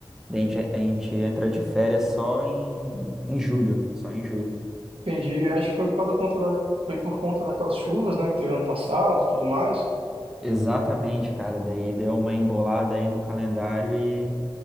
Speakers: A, in the centre; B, on the right.
A: Daí a gente, a gente entra de férias só em, em julho, só em julho.
B: Entendi. Acho que foi por causa da conta da... foi por conta daquelas chuvas, né, que teve ano passado, e tudo mais.
A: Exatamente, cara. Daí deu uma embolada aí no calendário e